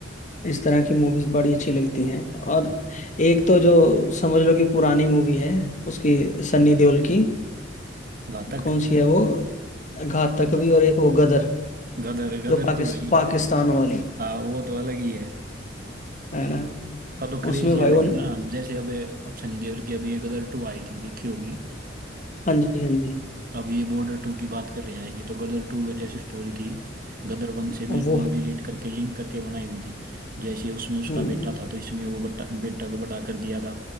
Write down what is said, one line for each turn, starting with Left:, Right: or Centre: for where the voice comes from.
Left: इस तरह की मूवीज बड़ी अच्छी लगती हैं और एक तो जो समझ लो कि पुरानी मूवी है उसकी सन्नी देओल की
Right: घातक
Left: कौन सी है वो घात तक भी और एक वो गदर
Right: गदर गदर
Left: जो पाकिस,
Right: तो भाई
Left: पाकिस्तान वाली
Right: हाँ वो तो अलग ही है
Left: है ना
Right: का तो क्रेज
Left: उसमें
Right: ही
Left: भाई
Right: अलग
Left: वो
Right: है ना जैसे अब अब सनी देओल की अभी ये गदर टू आई थी देखी होगी
Left: हाँ जी हाँ जी
Right: अब ये बॉर्डर टू की बात कर रहे हैं आएगी तो गदर टू में जैसे स्टोरी थी गदर वन से बिल्कुल
Left: वो
Right: रिलेट करके लिंक करके बनाई हुई थी जैसे उसमें उसका
Left: हम्म
Right: बेटा था तो इसमें वो बट्टा बेटा को बड़ा कर दिया था